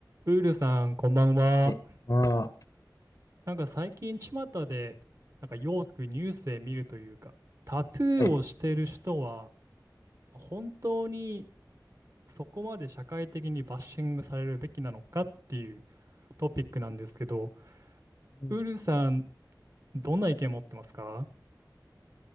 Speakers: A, on the right; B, on the left.
A: ウールさん、こんばんは。
B: はい。ああ、
A: なんか最近、巷で、なんかよくニュースで見るというか、タトゥーをしてる人は、
B: はい。
A: 本当にそこまで社会的にバッシングされるべきなのかっていうトピックなんですけど、
B: うん、
A: ウールさん、どんな意見持ってますか